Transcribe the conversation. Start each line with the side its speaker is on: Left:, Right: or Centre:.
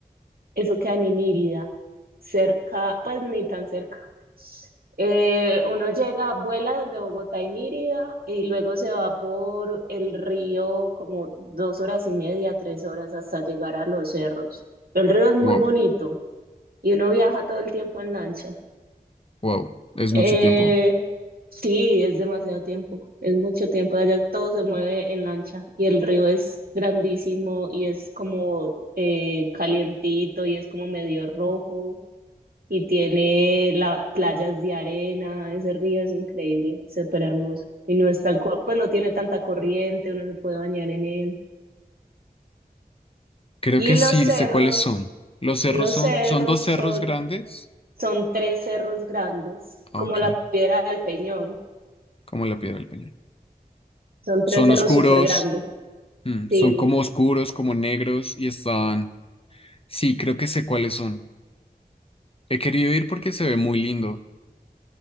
Right: Eso queda en Inírida, cerca, pues ni tan cerca. Eh, uno llega, vuela desde Bogotá a Inírida y luego se va por el río como dos horas y media, tres horas hasta llegar a los cerros. El río es muy
Left: Wow,
Right: bonito y uno viaja todo el tiempo en lancha.
Left: wow, es
Right: Eh,
Left: mucho tiempo.
Right: sí, es demasiado tiempo, es mucho tiempo. Allá todo se mueve en lancha y el río es grandísimo y es como eh, calientito y es como medio rojo y tiene la, playas de arena, ese río es increíble, súper hermoso. Y no es tan, co- pues no tiene tanta corriente, uno se puede bañar en él.
Left: Creo
Right: Y
Left: que
Right: los
Left: sí
Right: cerros,
Left: sé cuáles son. Los cerros
Right: los
Left: son,
Right: cerros
Left: son dos cerros
Right: son,
Left: grandes.
Right: son tres cerros grandes,
Left: Ah,
Right: como
Left: Ok,
Right: la Piedra del Peñón,
Left: como la piedra del peñón.
Right: son
Left: Son
Right: tres cerros
Left: oscuros,
Right: súper grandes.
Left: mm,
Right: Sí,
Left: son como oscuros, como negros y están. Sí, creo que sé cuáles son. He querido ir porque se ve muy lindo.